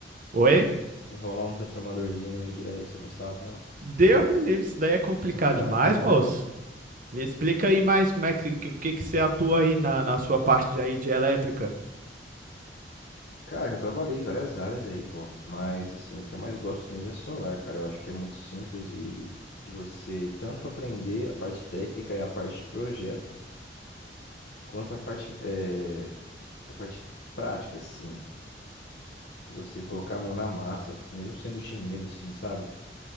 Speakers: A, on the right; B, on the left.
A: Oi?
B: Enrolar um transformadorzinho aí de leve, você não sabe, não?
A: Deus me livre, isso daí é complicado
B: <laughs>
A: demais, moço. Me explica aí mais como é que, que- o que que você atua aí na, na sua parte aí de elétrica.
B: Cara, já trabalhei em várias áreas aí, pô. Mas, assim, o que eu mais gosto mesmo é solar, cara. Eu acho que é muito simples de, de você tanto aprender a parte técnica e a parte de projeto, quanto a parte, eh, a parte prática, assim. De você colocar a mão na massa, mesmo sendo engenheiro, assim, sabe?